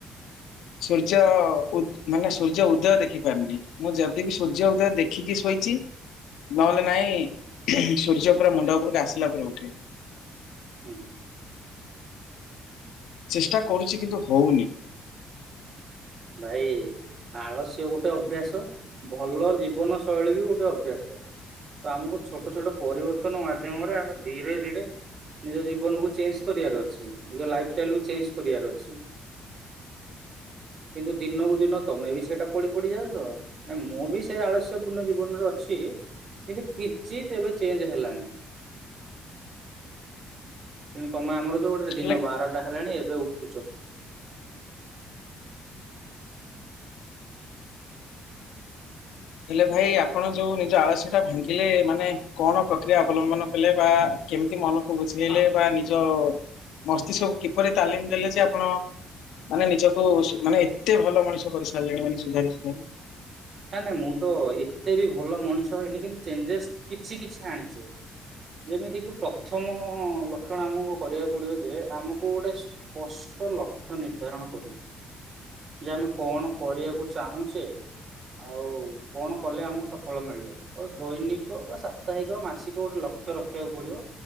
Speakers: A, on the left; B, on the right.
A: ସୂର୍ଯ୍ୟ ଉ ମାନେ ସୂର୍ଯ୍ୟ ଉଦୟ ଦେଖି ପାରୁନି ମୁଁ ଯଦି ବିି ସୂର୍ଯ୍ୟ ଉଦୟ ଦେଖିକି ଶୋଇଛି। ନହେଲେ ନାଇଁ ସୂର୍ଯ୍ୟ ପୁରା ମୁଣ୍ଡ ଉପରକୁ ଆସିଲା ପରେ ଉଠେ।
B: ହୁଁ।
A: ଚେଷ୍ଟା କରୁଛି କିନ୍ତୁ ହଉନି
B: ଭାଇ ଆଳସ୍ୟ ଗୋଟେ ଅଭ୍ୟାସ ଭଲ ଜୀବନ ଶୈଳୀ ବି ଗୋଟେ ଅଭ୍ୟାସ ତ ଆମକୁ ଛୋଟ ଛୋଟ ପରିବର୍ତ୍ତନ ମାଧ୍ୟମରେ ଆମେ ଧୀରେ ଧୀରେ ନିଜ ଜୀବନ କୁ ଚେଞ୍ଜ କରିବାର ଅଛି ନିଜ ଲାଇଫ ଷ୍ଟାଇଲ କୁ ଚେଞ୍ଜ କରିବାର ଅଛି। କିନ୍ତୁ ଦିନକୁ ଦିନ ତମେ ବି ସେଇଟା ପଡି ପଡିଯାଉ ତ ନା ମୁଁ ବି ସେଇ ଆଳସ୍ୟ ପୂର୍ଣ୍ଣ ଜୀବନରେ ଅଛି। କିନ୍ତୁ କିଛି ତେବେ ଚେଞ୍ଜ ହେଲାଣି କିନ୍ତୁ ତମେ ଆମର ଯୋଉ ଗୋଟେ ଦିନ
A: ହେଲେ
B: ବାରଟା ହେଲାଣି ଏବେ ଏବେ ଉଠୁଛ।
A: ହେଲେ ଭାଇ ଆପଣ ଯୋଉ ନିଜ ଆଳସ୍ୟ ଟା ଭାଙ୍ଗିଲେ ମାନେ କଣ ପ୍ରକ୍ରିୟା ଅବଲମ୍ବନ କଲେ ବା କେମିତି ମନକୁ ବୁଝେଇଲେ
B: ହଁ
A: ବା ନିଜ ମସ୍ତିଷ୍କକୁ କିପରି ତାଲିମ ଦେଲେ ଯେ ଆପଣ ମାନେ ନିଜକୁ ମାନେ ଏତେ ଭଲ ମଣିଷ କରି ସାରିଲେଣି ମାନେ ସୁଧାରି ସୁଧାରି
B: ନାଇଁ ନାଇଁ ମୁଁ ତ ଏତେ ବି ଭଲ ମଣିଷ ହେଇନି କିନ୍ତୁ ଚେଞ୍ଜେସ୍ କିଛି କିଛି ଆଣିଛି। ଯେମିତିକି ପ୍ରଥମ ଲକ୍ଷଣ ଆମକୁ କରିବାକୁ ପଡିବ ଯେ ଆମକୁ ଗୋଟେ ତ ଲକ୍ଷ୍ୟ ନିର୍ଦ୍ଧାରଣ କରିବ ଯେ ଆମେ କଣ କରିବାକୁ ଚାହୁଁଛେ। ଆଉ କଣ କଲେ ଆମକୁ ସଫଳ ମିଳିବ ତ ଦୈନିକ ବା ସାପ୍ତାହିକ ମାସିକ ଗୋଟେ ଲକ୍ଷ ଲକ୍ଷ୍ୟ ରଖିବାକୁ ପଡିବ।